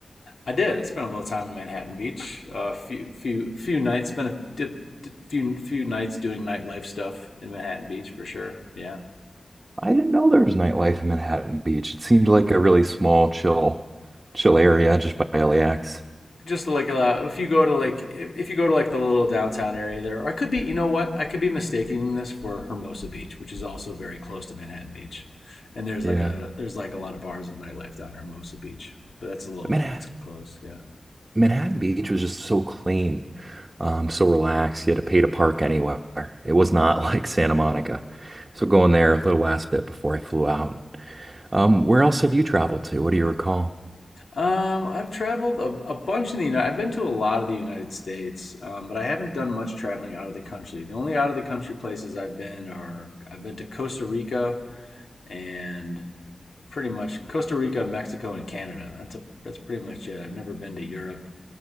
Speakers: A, on the left; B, on the right.
A: I did. I spent a little time in Manhattan Beach. A uh, few few few nights. Spent a did, did few few nights doing nightlife stuff in Manhattan Beach for sure. Yeah.
B: I didn't know there was nightlife in Manhattan Beach. It seemed like a really small, chill, chill area just by LAX.
A: Just like a. if you go to like if, if you go to like the little downtown area there, or I could be you know what I could be mistaking this for Hermosa Beach, which is also very close to Manhattan Beach, and there's
B: Yeah.
A: like a there's like a lot of bars and nightlife down in Hermosa Beach, but that's a little
B: Man,
A: it's close, yeah.
B: Manhattan Beach was just so clean, um, so relaxed. You had to pay to park anywhere. It was not <laughs> like Santa Monica. So going there a little last bit before I flew out. Um, where else have you traveled to? What do you recall?
A: Um, I've traveled a, a bunch in the United. I've been to a lot of the United States, um, but I haven't done much traveling out of the country. The only out of the country places I've been are I've been to Costa Rica and pretty much Costa Rica, Mexico, and Canada. That's a that's pretty much it. I've never been to Europe